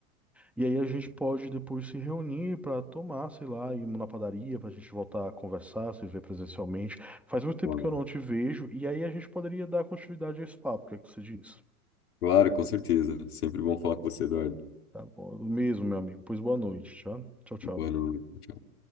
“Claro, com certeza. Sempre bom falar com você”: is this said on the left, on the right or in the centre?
Left